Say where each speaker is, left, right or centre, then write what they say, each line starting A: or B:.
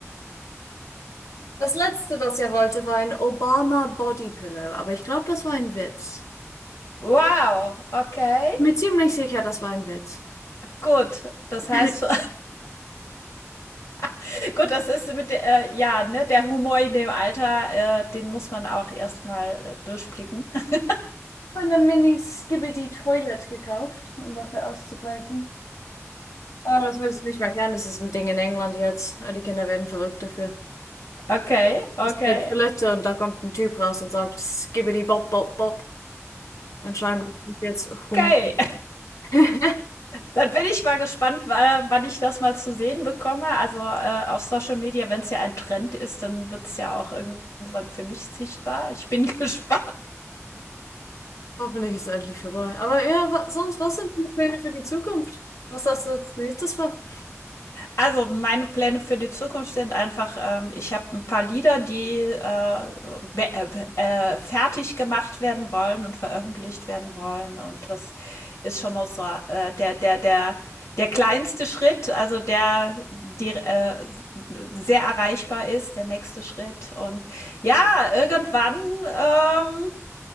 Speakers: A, on the left; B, on the left.
A: Das letzte, das er wollte, war ein Obama Body Pillow, aber ich glaube, das war ein Witz.
B: Wow, okay,
A: Mir ziemlich sicher, das war ein Witz.
B: gut. Das
A: <laughs>
B: heißt <laughs> gut, das ist mit der äh, ja, ne, der Humor in dem Alter, äh, den muss man auch erst mal, äh, durchblicken. <laughs>
A: Von der Mini Skibidi Toilet gekauft, um dafür auszugleichen. Ah, das willst du nicht mehr kennen. das ist ein Ding in England jetzt. Ah, Die Kinder werden verrückt dafür.
B: Okay, okay.
A: Ist in der Toilette und da kommt ein Typ raus und sagt, Skibbidi Bob, Bob, Bob. Anscheinend ist das jetzt Humor.
B: Okay.
A: <laughs>
B: Dann bin ich mal gespannt, wa- wann ich das mal zu sehen bekomme. Also äh, auf Social Media, wenn es ja ein Trend ist, dann wird es ja auch irgendwann für mich sichtbar. Ich bin <laughs> gespannt.
A: Hoffentlich ist es endlich vorbei. Aber ja, wa sonst, was sind die Pläne für die Zukunft? Was hast du als nächstes vor?
B: Also meine Pläne für die Zukunft sind einfach, ähm, ich habe ein paar Lieder, die äh, be- äh, äh, fertig gemacht werden wollen und veröffentlicht werden wollen. Und das ist schon mal so äh, der, der, der, der kleinste Schritt, also der, die, äh, sehr erreichbar ist, der nächste Schritt. Und ja, irgendwann ähm,